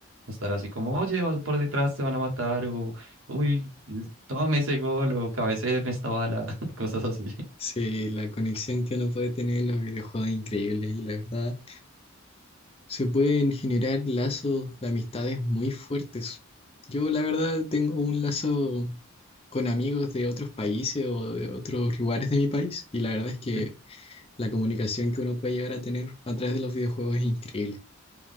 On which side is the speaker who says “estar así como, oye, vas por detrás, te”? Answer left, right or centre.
Right